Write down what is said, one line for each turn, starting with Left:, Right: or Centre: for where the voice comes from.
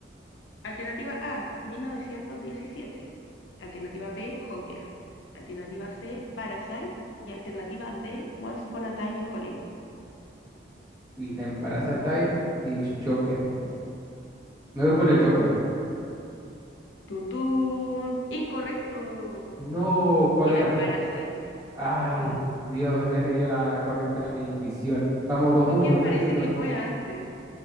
Left: Alternativa A, 1917. Alternativa B, Joker. Alternativa C, Parasite. Y alternativa D, Once Upon a Time in Hollywood.
Right: Vista en Parasite y Joker. Me voy por
Left: Tun,
Right: el Joker.
Left: tun, tun. Incorrecto.
Right: No, ¿cuál
Left: Era
Right: era?
Left: Parasite.
Right: Ay, Dios, le he seguido la, la corriente a mi intuición. Vamos
Left: Joker
Right: 2-1 y perdiendo,
Left: parece que
Right: ¿no?
Left: fue antes.